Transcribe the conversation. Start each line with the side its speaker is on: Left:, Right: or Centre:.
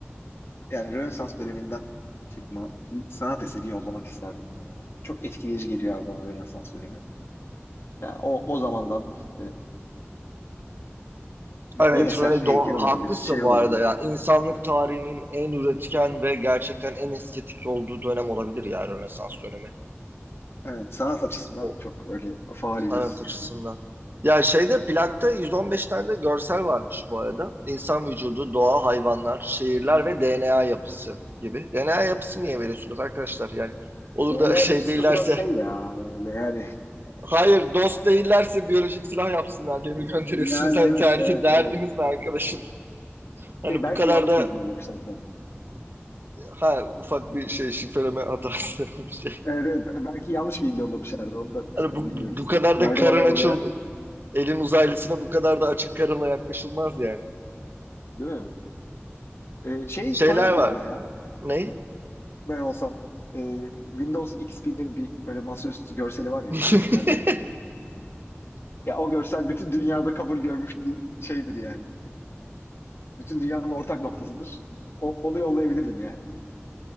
Left: yani Rönesans döneminden çıkma bir sanat eseri yollamak isterdim ben yani. Çok etkileyici geliyor abi bana Rönesans dönemi. Yani o, o zamandan işte bir,
Right: Evet
Left: bir eser
Right: Röne
Left: heykel
Right: do-
Left: olabilir,
Right: haklısın
Left: şey
Right: bu
Left: olabilir.
Right: arada ya. İnsanlık tarihinin en üretken ve gerçekten en estetik olduğu dönem olabilir ya Rönesans dönemi.
Left: Evet, sanat açısından
Right: O
Left: çok böyle faal
Right: sanat
Left: bir dönem
Right: açısından.
Left: yani.
Right: Ya şeyde plakta 115 tane de görsel varmış bu arada. İnsan vücudu, doğa, hayvanlar, şehirler ve DNA yapısı gibi. DNA yapısı niye veriyorsunuz arkadaşlar? Yani olur
Left: DNA
Right: da <laughs> şey
Left: yapısı
Right: değillerse,
Left: da biraz şey ya öyle yani
Right: hayır dost değillerse biyolojik silah yapsınlar
Left: <laughs>
Right: diye mi gönderiyorsunuz?
Left: yani
Right: Hani
Left: evet
Right: derdi-
Left: evet
Right: derdiniz
Left: evet
Right: ne arkadaşım? Hani
Left: Şey belki
Right: bu kadar
Left: yanlış
Right: da
Left: bilgi yollamışlardır ama.
Right: Ha ufak bir şey şifreleme hatası <laughs> bir şey.
Left: Evet, evet, belki yanlış bilgi yollamışlardır. Onu da
Right: Hani
Left: şimdi
Right: bu,
Left: bilmiyoruz
Right: bu kadar
Left: tam. Yargılamayalım
Right: da karın açıl
Left: ya.
Right: elin uzaylısına bu kadar da açık karınla yaklaşılmaz yani.
Left: Değil mi? Ee, şey
Right: Şeyler
Left: koyardım
Right: var.
Left: ama ya.
Right: Ha, Ne?
Left: Ben olsam e, Windows XP'nin bir böyle masaüstü görseli var
Right: <laughs>
Left: ya. Çimler böyle. Ya o görsel bütün dünyada kabul görmüş bir şeydir yani. Bütün dünyanın ortak noktasıdır. O- onu yollayabilirdim yani.